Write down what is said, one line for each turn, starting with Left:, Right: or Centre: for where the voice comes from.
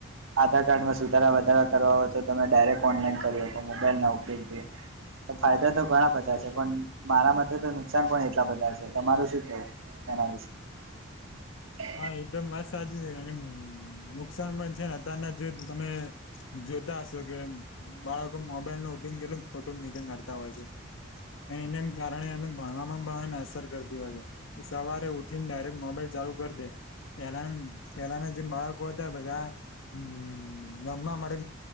Right: આધાર કાર્ડમાં સુધારા વધારા કરવા હોય તો તમે ડાયરેક્ટ ઓનલાઈન કરી શકો મોબાઈલ ના ઉપયોગથી ફાયદા તો ઘણા બધા છે પણ મારા માટે તો નુકસાન પણ એટલા બધા છે તમારું શું કેવું એના છે
Left: હા એદમ મસ્ત સાચી છે કારણ નુકસાન પણ છે ને અતારના જ તમે જોધાશો કે બાળકો મોબાઈલ નો ઉપયોગ કર ફોટો નીચે કાઢતા હોય છે એના કારણે એને ભણવામાં પણ એને અસર કરતી હોય છે સવારે ઉઠીને ડાયરેક્ટ મોબાઈલ ચાલુ કરી દે પેલા પેલાના જે બાળકો હતા બધા હમ રમવા માટે